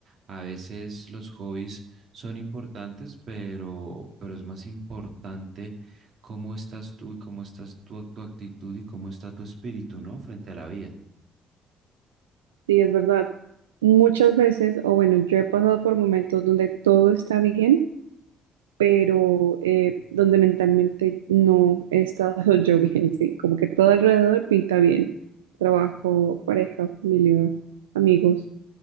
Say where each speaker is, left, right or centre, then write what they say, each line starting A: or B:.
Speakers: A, on the right (about 55°); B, on the right (about 80°).
A: A veces los hobbies son importantes, pero, pero es más importante cómo estás tú y cómo estás tú, tu actitud y cómo está tu espíritu, ¿no? Frente a la vida.
B: Sí, es verdad. Muchas veces, o bueno, yo he pasado por momentos donde todo está bien pero eh, donde mentalmente no he estado <laughs> yo bien, sí, como que todo alrededor pinta bien, trabajo, pareja, familia, amigos,